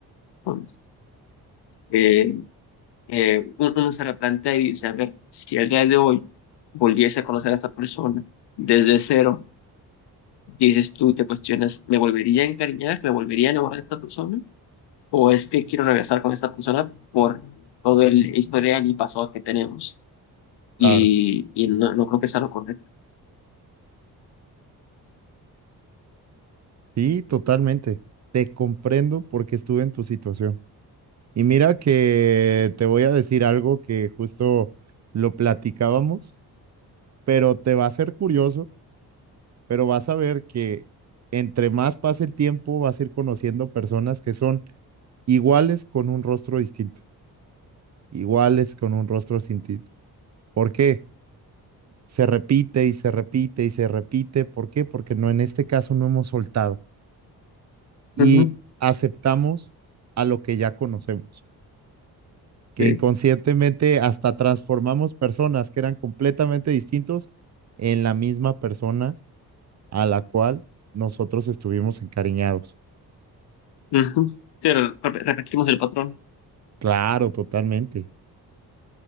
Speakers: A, on the left; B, on the right.
A: Con, eh, eh, uno uno se replantea y dice, a ver, si el día de hoy volviese a conocer a esta persona desde cero, Y dices tú, te cuestionas, ¿me volvería a encariñar? ¿Me volvería a enamorar de esta persona? ¿O es que quiero regresar con esta persona por todo el historial y pasado que tenemos? Y,
B: claro.
A: y no, no creo que sea lo correcto.
B: Sí, totalmente. Te comprendo porque estuve en tu situación. Y mira que te voy a decir algo que justo lo platicábamos, pero te va a ser curioso, pero vas a ver que entre más pase el tiempo vas a ir conociendo personas que son iguales con un rostro distinto, iguales con un rostro distinto. ¿Por qué? Se repite y se repite y se repite. ¿Por qué? Porque no, en este caso no hemos soltado y
A: Ujú,
B: aceptamos a lo que ya conocemos. que
A: sí.
B: inconscientemente hasta transformamos personas que eran completamente distintos en la misma persona a la cual nosotros estuvimos encariñados.
A: Ujú. Pero re- repetimos el patrón.
B: Claro, totalmente,